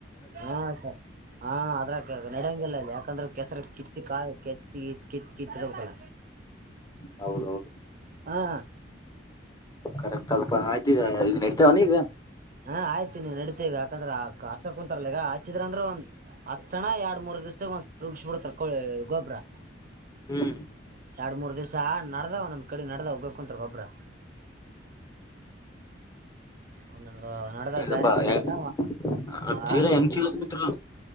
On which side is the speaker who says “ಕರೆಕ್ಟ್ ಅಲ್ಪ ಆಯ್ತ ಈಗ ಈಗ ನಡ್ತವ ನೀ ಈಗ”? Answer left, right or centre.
Left